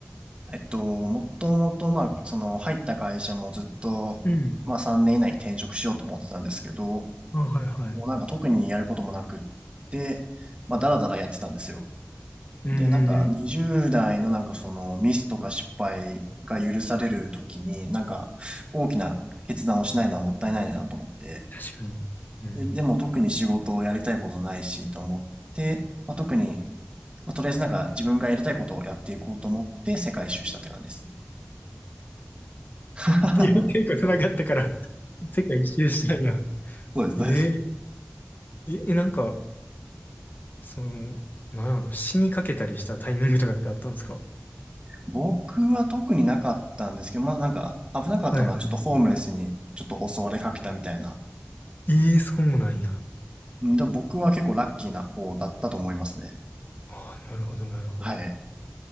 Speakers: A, on the right; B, on the left.
A: <laughs> えっと、もともと、まあ、その、入った会社もずっと、
B: うん。
A: まあ3年以内に転職しようと思ってたんですけど、
B: あ、はいはい。
A: もうなんか特にやることもなくって、まあ、
B: うん
A: だらだらやってたんですよ。
B: うんうん。
A: で、なんか20代のなんかそのミスとか失敗が許される時に、なんか大きな決断をしないのはもったいないなと思って、
B: 確かに。うん。
A: で、でも特に仕事をやりたいことないしと思って、まあ、特に、まあ、とりあえずなんか自分がやりたいことをやっていこうと思って世界一周したって感じですね。<laughs>
B: いや、言っていうことなかったから、世界一周したんや。
A: そうです、
B: ええ
A: そうです。
B: え、えなんか、その、なんやろ、死にかけたりしたタイミングとかってあったんですか
A: 僕は特になかったんですけど、まあなんか危なかったのはちょっとホームレスにちょっと襲われかけたみたいな
B: はいはい。ええそうなんや。
A: うんでも僕は結構ラッキーな方だったと思いますね。
B: ああ、なるほど、なるほど。
A: はい。